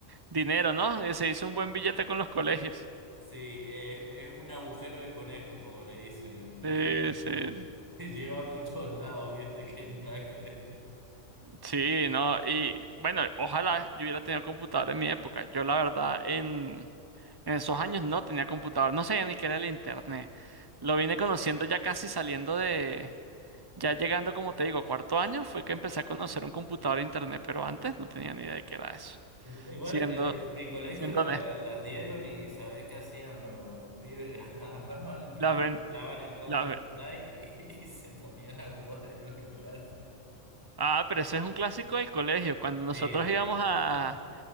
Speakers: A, on the right; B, on the right.
A: dinero, ¿no? Y se hizo un buen billete con los colegios.
B: Sí, eh, es un agujero de conejo, como le dicen en,
A: Sí,
B: en internet.
A: sí,
B: <laughs> Lleva a muchos lados, viste, que <laughs> nada que ver.
A: sí, no, y bueno, ojalá yo hubiera tenido computador en mi época. Yo la verdad en, En esos años no tenía computador, no sabía ni qué era el internet. Lo vine conociendo ya casi saliendo de, ya llegando, como te digo, a cuarto año, fue que empecé a conocer un computador e internet, pero antes no tenía ni idea de qué era eso.
B: Eh, Igual
A: Siendo,
B: en mi, mi colegio
A: siendo
B: la-
A: honesto.
B: las dieron y ¿sabés qué hacían los, los pibes? <laughs> Agarraban y
A: Las ven,
B: clavaban el Counter
A: las ven-
B: Strike <laughs> y, y se ponían a jugar en la clase.
A: Ah, pero ese es un clásico del colegio. Cuando nosotros
B: Sí, es un
A: íbamos
B: clásico.
A: a,